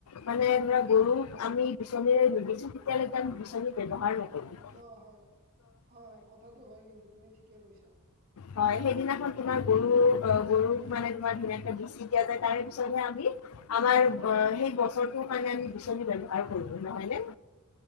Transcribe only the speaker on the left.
মানে ধৰা গৰুক আমি বিচনীৰে নিবিচো তেতিয়ালৈকে আমি বিচনী ব্যৱহাৰ নকৰোঁ।
হয় সেইদিনাখন তোমাৰ গৰু আ গৰুক মানে তোমাৰ ধুনীয়াকে বিচি দিয়া যায় তাৰে পিছতে আমি আমাৰ আ সেই বছৰটোৰ কাৰণে আমি বিচনি ব্যৱহাৰ কৰো নহয় নে